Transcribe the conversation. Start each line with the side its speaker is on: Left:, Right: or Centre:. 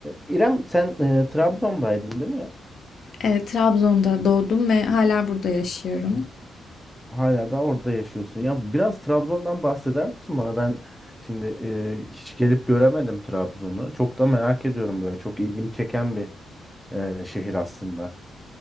Centre: İrem sen e, Trabzon'daydın değil mi?
Left: Evet, Trabzon'da doğdum ve hala burada yaşıyorum.
Centre: Hala da orada yaşıyorsun. Ya biraz Trabzon'dan bahseder misin bana? Ben şimdi e, hiç gelip göremedim Trabzon'u. Çok da merak ediyorum böyle. Çok ilgimi çeken bir e, şehir aslında.